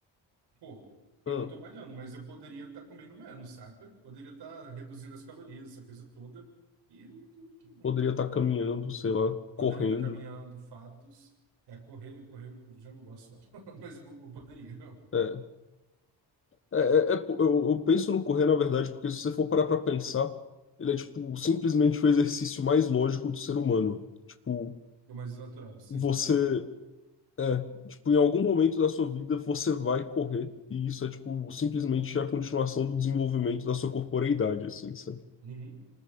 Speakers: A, on the right; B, on the left.
A: Pô, eu
B: Hum,
A: não tô malhando, mas eu poderia estar comendo menos, saca? Poderia estar reduzindo as calorias, essa coisa toda. E não, tô- tô- não-
B: poderia estar caminhando, sei lá,
A: poderia
B: correndo.
A: estar caminhando, fatos. É, correr, correr eu já não gosto, não. <laughs> Mas eu, eu poderia.
B: É, é, é, é po- eu, eu penso no correr, na verdade, porque se você for parar pra pensar, ele é, tipo, simplesmente o exercício mais lógico do ser humano. Tipo,
A: O mais natural, sim.
B: você É, tipo, em algum momento da sua vida você vai correr, e isso é, tipo, simplesmente a continuação do desenvolvimento da sua corporeidade, assim, sabe?
A: Uhum.